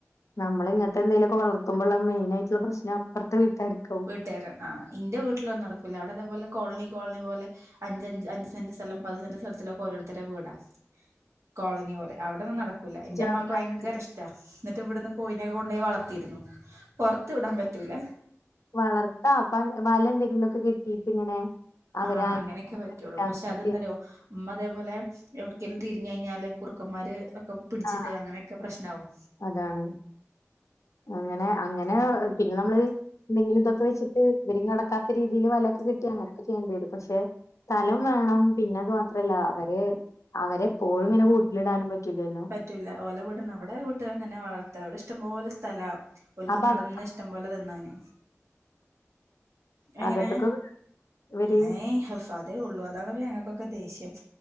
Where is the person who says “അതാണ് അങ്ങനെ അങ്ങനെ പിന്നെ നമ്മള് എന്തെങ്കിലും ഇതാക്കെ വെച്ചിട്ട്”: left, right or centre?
Left